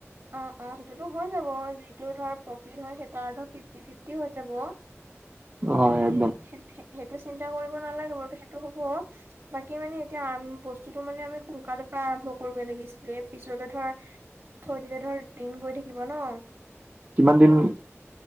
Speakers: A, on the right; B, on the right.
A: অঁ অঁ সেইটোতো হৈ যাব যিটো ধৰ প্ৰফিট হয় সেইতাৰটো ফিফটি ফিফটি হৈ যাব।
B: হয়
A: সেইটো
B: একদম
A: সেইটো চিন্তা কৰিব নালাগে বাৰুতো সেইটো হ'ব। বাকী মানে এতিয়া বস্তুটো মানে আমি সোনকালৰ পৰা আৰম্ভ কৰিব লাগিছিলে পিছলৈ ধৰা- থৈ দিলে ধৰ দিন গৈ থাকিব ন।
B: কিমান দিন?
A: ত